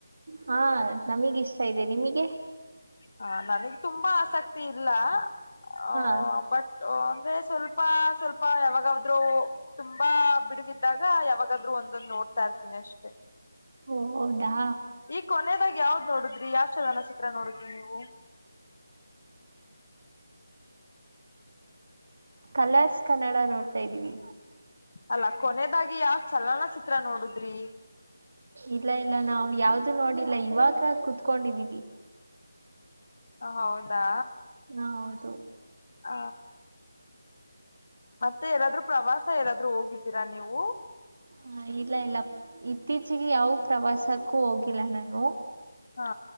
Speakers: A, on the right; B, on the left.
A: ಹಾ ನಮಿಗಿಷ್ಟ ಇದೆ ನಿಮಿಗೆ
B: ಹ ನನಗ್ ತುಂಬಾ ಆಸಕ್ತಿ ಇಲ್ಲ. ಆ
A: ಹಾ
B: ಬಟ್ ಒನ್ ಪೆ ಸ್ವಲ್ ಸ್ಪ ಸ್ವಲ್ಪ ಯಾವಾಗಾ ಅವಧ್ರು ತುಂಬಾ ಬಿಡುವಿದ್ದಾಗ ಯಾವಾಗಾದ್ ಒಂದೊಂದು ನೋಡ್ತಾ ಇರ್ತೀನಿ ಅಷ್ಟೆ
A: ಓ ಹೌದಾ
B: ಈ ಕೊನದಾಗ ಯಾವ್ದ ನೋಡಿದ್ರಿ ಯಾವ ಚಲನ ಚಿತ್ರ ನೋಡಿದಿ ಅ ನೀವು
A: ಕಲರ್ಸ್ ಕನ್ನಡ ನೋಡ್ತಾದೀವಿ
B: ಅಲ್ಲ ಕೊನದಾಗಿ ಯಾವ ಚಲನಚಿತ್ರ ನೋಡುದ್ರಿ
A: ಇಲ್ಲ ಇಲ್ಲ ನಾವವು ಯಾವ್ದು ನೋಡಿಲ್ಲ ಇವಾಗ ಕುತ್ಕೊಂಡಿದೀವಿ
B: ಹ ಹೌದಾ
A: ಹಾ ಹೌದು ದು
B: ಹ ಮತ್ತೆ ಎಲ್ಲಾದ್ರೂ ಪ್ರವಾಸ ಏರಾದ್ರು ಹೋಗಿದ್ದೀರಾ ನೀವು
A: ಹ ಇಲ್ಲ ಇಲ್ಲ ಇತ್ತೀಚೆಗೆ ಯಾವ ಪ್ರವಾಸಕ್ಕೂ ಹೋಗಿಲ್ಲ ನಾನು
B: ಹಾ